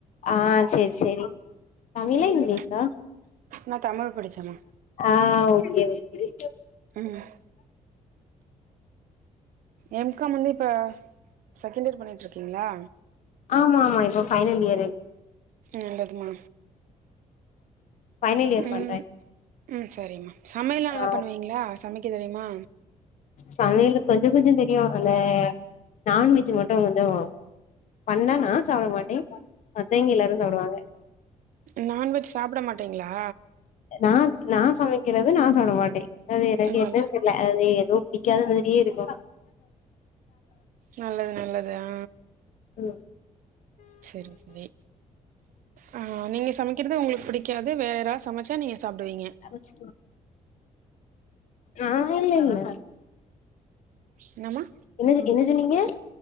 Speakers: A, on the left; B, on the right.
A: ஆ சேரி சேரி தமிழா
B: ம்
A: இங்கிலீஷா
B: நா தமிழ் படிச்சேம்மா
A: ஆ ஓகே ஓகே
B: ம் எம் காம் வந்து இப்ப செகண்ட் இயர் பண்ணிட்டுருக்கீங்களா
A: ஆமா ஆமா இப்ப ஃபைனல் இயரு
B: நல்லதும்மா
A: ஃபைனல் இயர்
B: ம்
A: பண்றே
B: ம் சரிம்மா சமையல்லா நல்லா
A: ஆ
B: பண்ணுவீங்களா சமைக்க தெரியுமா
A: சமையலு கொஞ்ச கொஞ்ச தெரியு அந்த நான்வெஜ்ஜு மட்டு கொஞ்ச பண்ணா நா சாப்ட மாட்டே மத்தயிங்க எல்லாரு சாப்டுவாங்க
B: நான்வெஜ் சாப்ட மாட்டிங்களா
A: நான் நா சமைக்கிறது நா சாப்ட மாட்டே அது எனக்கு
B: நல்
A: என்னன்னு தெர் ல அது ஏதோ பிடிக்காது மாதிரியே இருக்கு
B: நல்லது நல்லது ஆ
A: ம்
B: செரி செரி ஆ நீங்க சமைக்கிறது உங்களுக்கு புடிக்காது வேற யாராது சமச்சா நீங்க சாப்டுவீங்க
A: சமச்சி ஆ இல்லல்ல
B: என்னம்மா
A: என்ன ஜொ என்ன ஜொன்னிங்க